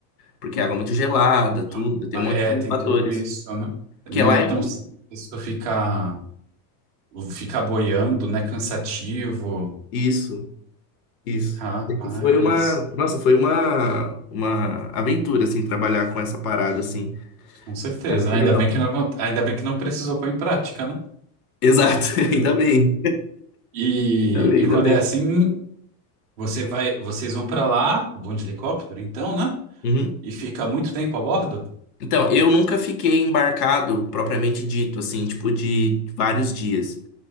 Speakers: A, on the left (about 60°); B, on the right (about 25°).
A: Porque é água muito gelada, tudo,
B: hum,
A: tem
B: é,
A: um monte de
B: tem
A: fatores.
B: tudo isso, né?
A: Porque
B: Não
A: lá
B: é tão
A: em...
B: simples tu ficar, ficar boiando, né? Cansativo.
A: Isso, isso.
B: Rapaz.
A: É que Foi uma, nossa, foi uma, uma aventura, assim, trabalhar com essa parada, assim.
B: Com certeza.
A: Mas foi
B: Ainda
A: legal.
B: bem que não, acon- ainda bem que não precisou pôr em prática, né?
A: Exato, <laughs> ainda bem,
B: E,
A: ainda bem,
B: e
A: ainda
B: quando
A: bem.
B: é assim, você vai, vocês vão pra lá, vão de helicóptero, então, né?
A: Uhum.
B: E fica muito tempo a bordo
A: Então, eu nunca fiquei embarcado, propriamente dito, assim, tipo, de vários dias.